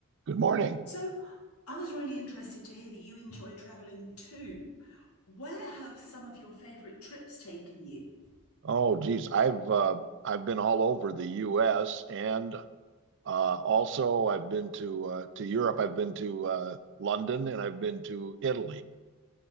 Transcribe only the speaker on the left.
So I was really interested to hear that you enjoy traveling too. Where have some of your favorite trips taken you?